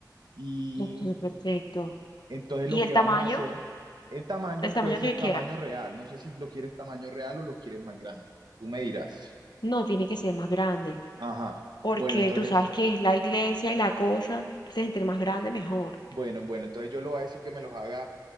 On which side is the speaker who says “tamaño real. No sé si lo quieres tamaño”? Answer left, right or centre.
Right